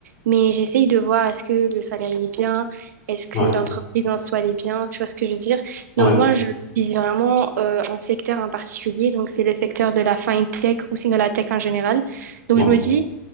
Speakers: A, on the right; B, on the left.
A: mais j'essaye de voir est-ce que le salaire il est bien, est-ce que
B: ouais,
A: l'entreprise en soi elle est bien, tu vois ce que je veux dire?
B: ouais,
A: Donc moi, je vise vraiment euh, un secteur en particulier, donc c'est le secteur de la fintech ou sinon la tech en général. Donc
B: ouais,
A: je me dis,